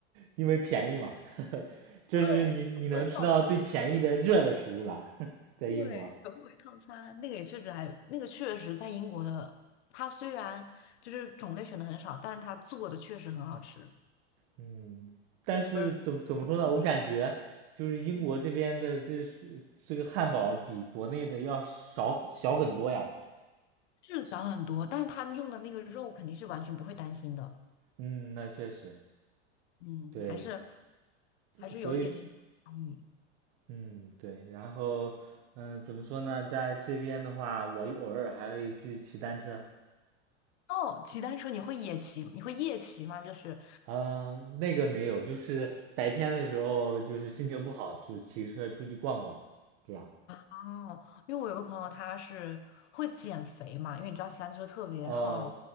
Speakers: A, on the right (about 55°); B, on the left (about 70°).
A: 因为便宜嘛，<laughs> 这是你你能吃到最便宜的热的食物了，
B: 对，鬼餐。
A: <laughs> 在英国。
B: 对，神鬼套餐那个也确实还有，那个确实在英国的，它虽然就是种类选的很少，但是它做的确实很好吃。
A: 嗯，
B: c
A: 但是怎么怎么说呢？
B: h e e s b u r g e r 国内就没
A: 我感觉就是英国这边的这是这个汉堡比国内的要少小很多呀。
B: 有，嗯，是少很多，但是它用的那个肉肯定是完全不会担心的，
A: 嗯，那确实，
B: 嗯，
A: 对，
B: 还是还是有一点点差异。
A: 所以嗯对，然后嗯怎么说呢？在这边的话，我偶尔还会去骑单车。
B: 哦，骑单车你会野骑，你会夜骑吗？就是
A: 嗯，那个没有，就是白天的时候，就是心情不好，就骑车出去逛逛，这样。
B: 哦，因为我有个朋友，他是会减肥嘛，因为你知道骑单车特别耗，
A: 哦，